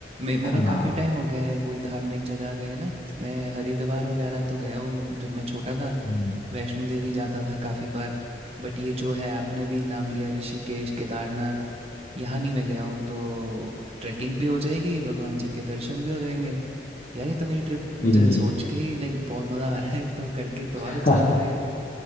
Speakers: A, on the right (about 35°); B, on the left (about 45°).
A: मे मेरा
B: हाँ
A: काफ़ी टाइम हो गया है कोई धार्मिक जगह गए ना मैं हरिद्वार वगैरह तो गया हूँ जब मैं छोटा था
B: हम्म,
A: वैष्णो देवी जाता था काफ़ी बार बट ये जो है आपने भी नाम लिया ऋषिकेश केदारनाथ यहाँ नहीं मैं गया हूँ तो ट्रैकिंग भी हो जाएगी भगवान जी के दर्शन भी हो जाएंगे यार ये तो मेरी ट्रिप मुझे
B: जी जी
A: सोच के ही लाइक बहुत मज़ा आ रहा है तो करके तो
B: <laughs>
A: और अच्छा हो जाएगा